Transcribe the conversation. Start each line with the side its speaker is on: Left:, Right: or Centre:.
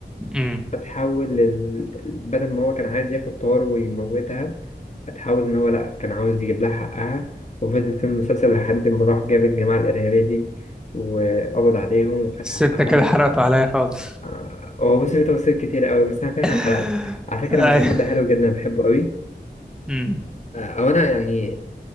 Centre: امم
Left: فتحول لل... بدل ما هو كان عايز ياخد طار ويموتها فتحول إن هو لأ كان عاوز يجيب لها حقها وفضل في المسلسل لحد ما راح جاب الجماعة الإرهابية دي وقبض عليهم وخد
Centre: الستة
Left: حقها
Centre: كده حرقته عليا خالص
Left: آه، هو بص في تفاصيل كتير قوي بس أنا فعلا
Centre: <laughs>
Left: حرقت على فكرة المسلسل
Centre: ايوه
Left: ده حلو جدا بحبه قوي
Centre: امم
Left: آه، او انا يعني